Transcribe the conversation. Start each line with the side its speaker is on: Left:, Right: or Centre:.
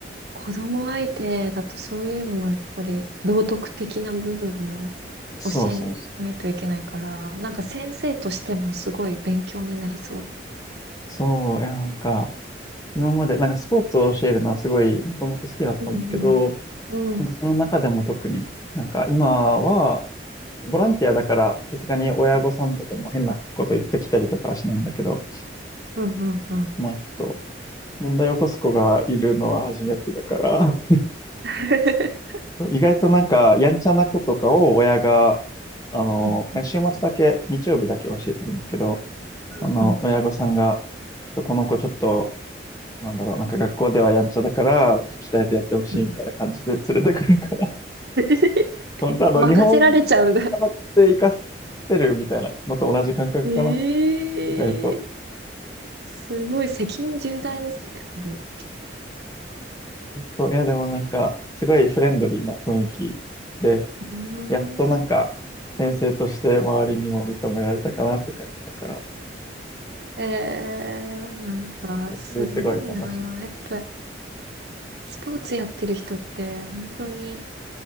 Right: 子供相手だとそういうのもやっぱり道徳的な部分も
Left: そうそうそう。
Right: 教えないといけないから、なんか先生としてもすごい勉強になりそう。
Left: そう、いやなんか今までなんかスポーツを教えるのはすごいもともと好きだったんだけど、
Right: うんうんうん
Left: なんかその中でも特になんか今はボランティアだから、さすがに親御さんとかも変なこと言ってきたりとかはしないんだけど、
Right: うんうんうん
Left: まあちょっと、問題を起こす子がいるのは初めてだから、<laughs>
Right: <laughs>
Left: 意外となんか、やんちゃな子とかを親が、あの、
Right: うんうん
Left: 週末だけ、日曜日だけ教えてるんだけど、
Right: うんうん
Left: あの、親御さんが、ちょっとこの子ちょっと、なんだろう、なんか学校ではやんちゃだから、なんか鍛えてやってほしいみたいな感じで連れてくるから、
Right: うん。
Left: <laughs>
Right: <laughs>
Left: 本当あの、
Right: 任せられちゃうね。
Left: 日本で習って生かせるみたいなのと同じ感覚かな、
Right: ええ
Left: 意外と。
Right: すごい責任重大ですね。やっぱり
Left: そう、いや、でもなんか、すごいフレンドリーな雰囲気で、
Right: うー
Left: やっとなんか、
Right: ん
Left: 先生として周りにも認められたかなって感じだから、
Right: えー、なんか、
Left: 私ですごい楽しい。
Right: すごいな。やっぱ、スポーツやってる人って、本当に、